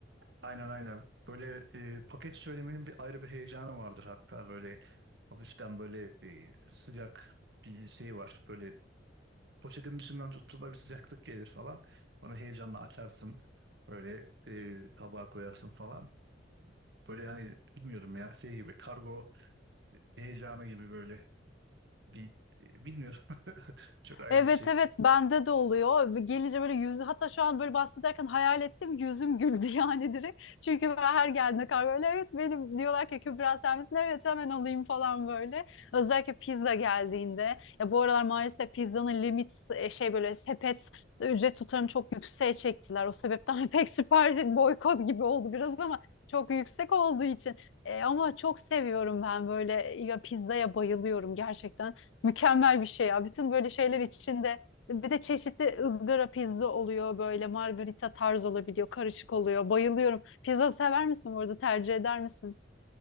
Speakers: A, on the right (about 65°); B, on the left (about 75°).
A: Aynen aynen. Böyle e, paket söylemenin bir ayrı bir heyecanı vardır hatta böyle hafiften böyle e, sıcak bir şey var. Böyle poşetin dışından tuttuğunda bir sıcaklık gelir falan. Onu heyecanla açarsın. Böyle e, tabağa koyarsın falan. Böyle yani bilmiyorum ya şey gibi kargo heyecanı gibi böyle bir e, bilmiyorum. <laughs> Çok ayrı
B: Evet
A: bir şey.
B: evet bende de oluyor. Gelince böyle yüz hatta şu an böyle bahsederken hayal ettim yüzüm güldü <laughs> yani direkt. Çünkü ben her geldiğinde kargo öyle evet benim diyorlar ki Kübra sen misin? Evet hemen alayım falan böyle. Özellikle pizza geldiğinde. Ya bu aralar maalesef pizzanın limit e, şey böyle sepet ücret tutarını çok yükseğe çektiler. O sebepten <laughs> pek sipariş boykot gibi oldu biraz ama çok yüksek olduğu için. E, ama çok seviyorum ben böyle ya pizzaya bayılıyorum gerçekten. Mükemmel bir şey ya. Bütün böyle şeyler içinde bir de çeşitli ızgara pizza oluyor böyle margarita tarz olabiliyor. Karışık oluyor. Bayılıyorum. Pizza sever misin bu arada? Tercih eder misin?